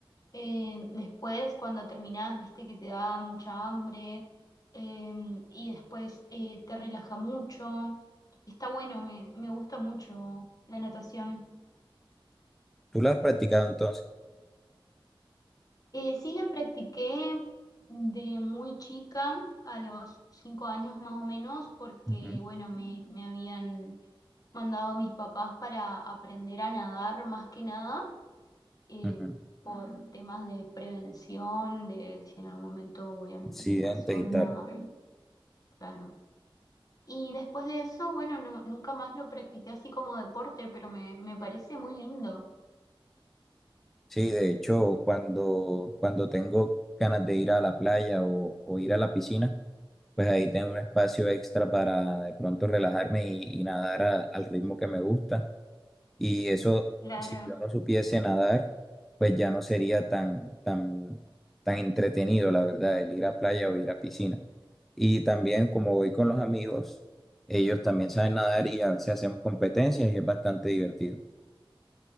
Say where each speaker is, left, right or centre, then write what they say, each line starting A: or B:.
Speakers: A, on the left (about 40°); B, in the centre.
A: eh, después cuando terminás, viste que te da mucha hambre eh, y después eh, te relaja mucho. Está bueno, me, me gusta mucho la natación.
B: ¿Tú lo has practicado entonces?
A: Eh, sí la practiqué de muy chica, a los cinco años más o menos, porque
B: Ujú,
A: bueno, me, me habían mandado mis papás para aprender a nadar más que nada, eh,
B: ujú.
A: por temas de prevención, de si en algún momento voy a una pileta
B: Sí, antes
A: sola,
B: y tal.
A: claro. Y después de eso, bueno, no- nunca más lo practiqué así como deporte, pero me, me parece muy lindo.
B: Sí, de hecho, cuando, cuando tengo ganas de ir a la playa o, o ir a la piscina, pues ahí tengo un espacio extra para de pronto relajarme y, y nadar a- al ritmo que me gusta. Y eso,
A: Claro.
B: si yo no supiese nadar, pues ya no sería tan, tan, tan entretenido, la verdad, el ir a playa o ir a piscina. Y también como voy con los amigos, ellos también saben nadar y a veces hacemos competencias y es bastante divertido.